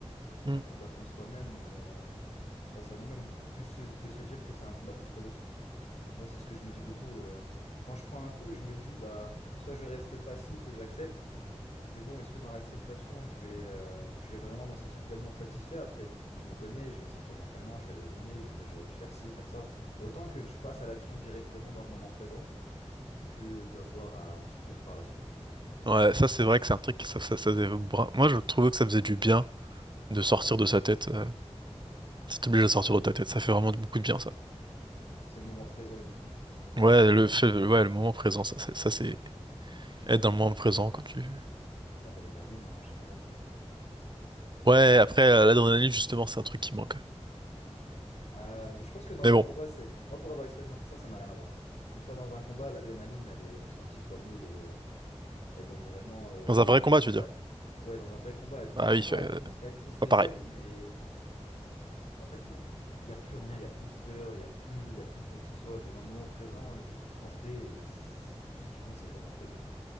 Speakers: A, on the right (about 40°); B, on the left (about 75°).
A: Hmm.
B: Un combat contre soi-même et euh, face à nous-mêmes. Plus se- de se dire que c'est un combat contre l'autre. Moi, c'est ce que je me dis beaucoup. euh. Quand je prends un coup, je me dis, bah, soit je reste passif et j'accepte, mais bon, est-ce que dans l'acceptation, je vais, euh, je vais vraiment m'en sortir pleinement satisfait? Après, je me connais, je vais sortir de l'entraînement, je vais ruminer, je vais me dire, j'aurais pu faire ci, faire ça. Autant que je passe à l'action directement dans le moment présent que d'avoir à subir par la suite.
A: Ouais, ça, c'est vrai que c'est un truc qui, ça, ça, ça faisait bra- Moi, je trouvais que ça faisait du bien. de sortir de sa tête. euh, ça t'oblige
B: C'est
A: à
B: ça.
A: sortir de ta tête. Ça fait vraiment beaucoup de bien, ça.
B: C'est le moment présent uniquement.
A: Ouais, le fait, ouais, le moment présent, ça, c'est, ça, c'est être dans le moment présent quand tu.
B: L'adrénaline hein, en général. hein.
A: Ouais, après, euh, l'adrénaline, justement, c'est un truc qui manque.
B: Euh, je pense que dans
A: Mais bon,
B: un combat, c'est. Moi, pour avoir expérimenté ça, ça n'a rien à voir. hein. Une fois dans un combat, l'adrénaline, elle est ressentie fois mille et euh, elle donne vraiment. euh,
A: dans un vrai combat,
B: je
A: tu
B: dirais
A: veux dire.
B: pas- Ouais, dans un vrai combat, elle,
A: Ah oui, fait-
B: pas elle pousse, elle pousse des
A: pas pareil.
B: ailes, mais en fait, il n'y a plus rien, il n'y a plus de peur, il n'y a plus, il y a plus de quoi que ce soit. Tu es dans le moment présent, tu es concentré et c'est- tout ce qui compte, c'est le moment présent, quoi.